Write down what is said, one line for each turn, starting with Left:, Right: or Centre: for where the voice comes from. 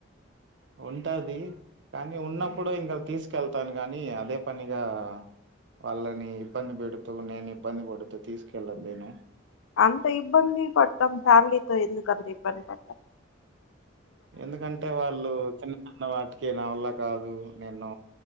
Right: ఉంటది కానీ ఉన్నప్పుడు
Left: ఉం.
Right: ఇంకా తీస తీకెళ్తాను గాని అదే పనిగా వాళ్ళని ఇబ్బంది పెడుతూ నేను ఇబ్బంది పడుతూ తీసుకెళ లేను
Left: అంత ఇబ్బంది పడ్తాం ఫ్యామిలీతో ఎందుకంత ఇబ్బంది పడ్తాం
Right: ఎందుకంటే వాళ్ళు చిన్న చిన్న వాటికి నా వాళ్ళ కాదు నేను